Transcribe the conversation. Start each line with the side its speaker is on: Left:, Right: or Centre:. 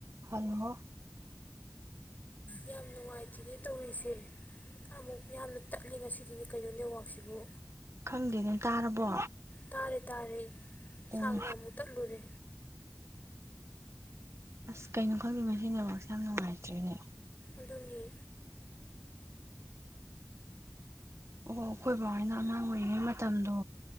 Right: ꯍꯜꯂꯣ
Left: ꯌꯥꯝ ꯅꯨꯡꯉꯥꯏꯇꯦꯅꯦ ꯇꯧꯔꯤꯁꯦ ꯑꯃꯨꯛ ꯌꯥꯝꯅ ꯇꯠꯂꯤ ꯉꯁꯤꯒꯤꯗꯤ ꯀꯩꯅꯣ ꯅꯦꯠꯋꯥꯛꯁꯤꯕꯨ꯫
Right: ꯈꯪꯗꯦꯅꯦ ꯇꯥꯔꯕꯣ꯫
Left: ꯇꯥꯔꯦ ꯇꯥꯔꯦ
Right: ꯎꯝ
Left: ꯁꯥꯡꯅ ꯑꯃꯨꯛ ꯇꯠꯂꯨꯔꯦ꯫
Right: ꯑꯁ ꯀꯩꯅꯣ ꯈꯪꯗꯦ ꯉꯁꯤ ꯅꯦꯠꯋꯥꯛꯁꯦ ꯌꯥꯝ ꯅꯨꯡꯉꯥꯏꯇꯔꯦꯅꯦ꯫
Left: ꯑꯗꯨꯅꯦ
Right: ꯑꯣ ꯑꯩꯈꯣꯏ ꯕꯕꯥ ꯍꯣꯢꯅ ꯑꯉꯥꯡ ꯑꯣꯏꯔꯤꯉꯩ ꯃꯇꯝꯗꯣ